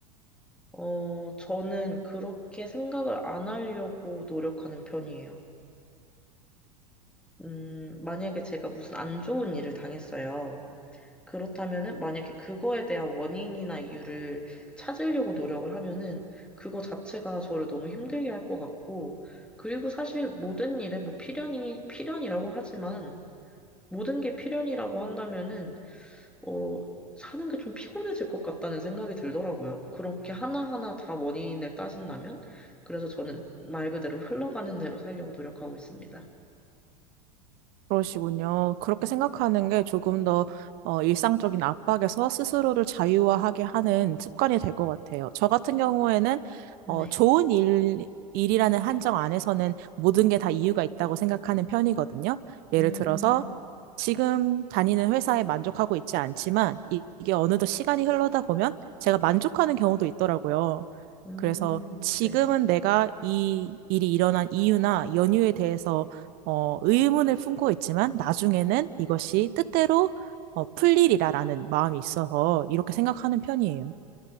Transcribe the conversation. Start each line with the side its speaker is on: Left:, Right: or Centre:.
Centre: 어, 저는 그렇게 생각을 안 하려고 노력하는 편이에요. 음, 만약에 제가 무슨 안 좋은 일을 당했어요. 그렇다면은, 만약에 그거에 대한 원인이나 이유를 찾으려고 노력을 하면은, 그거 자체가 저를 너무 힘들게 할 것 같고, 그리고 사실 모든 일에 뭐 필연이, 필연이라고 하지만, 모든 게 필연이라고 한다면은, 어, 사는 게 좀 피곤해질 것 같다는 생각이 들더라고요. 그렇게 하나하나 다 원인을 따진다면? 그래서 저는 말 그대로 흘러가는 대로 살려고 노력하고 있습니다.
Right: 그러시군요. 그렇게 생각하는 게 조금 더 어, 일상적인 압박에서 스스로를 자유화하게 하는 습관이 될 것 같아요. 저 같은 경우에는 어,
Centre: 네.
Right: 좋은 일, 일이라는 한정 안에서는 모든 게 다 이유가 있다고 생각하는 편이거든요. 예를
Centre: 음,
Right: 들어서 지금 다니는 회사에 만족하고 있지 않지만 이- 이게 어느덧 시간이 흘러다 보면 제가 만족하는 경우도 있더라고요.
Centre: 음,
Right: 그래서 지금은
Centre: 네네.
Right: 내가 이 일이 일어난 이유나 연유에 대해서 어, 의문을 품고 있지만 나중에는 이것이 뜻대로 어, 풀리리라라는 마음이 있어서 이렇게 생각하는 편이에요.